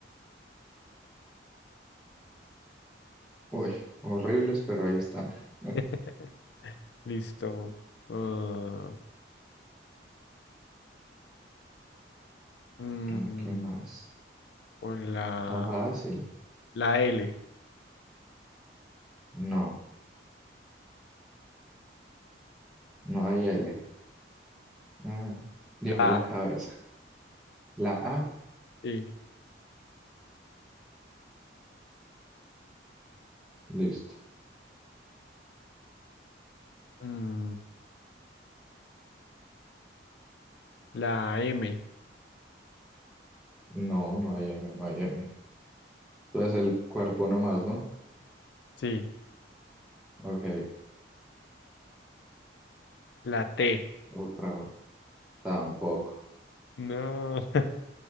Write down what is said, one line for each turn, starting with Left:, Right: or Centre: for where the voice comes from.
Centre: Uy, horribles, pero ahí están. <laughs>
Left: <laughs> Listo. Ah, mm,
Centre: Ah, ¿qué más?
Left: con la,
Centre: Está fácil.
Left: la L.
Centre: No, no hay L. Ah, dijo
Left: La,
Centre: la
Left: A.
Centre: cabeza. La A,
Left: Ay. Sí.
Centre: listo.
Left: Mm, la M.
Centre: No, no hay M, no hay M. Entonces el cuerpo nomás, ¿no?
Left: Sí.
Centre: Ok,
Left: La T.
Centre: otra vez. Tampoco.
Left: No.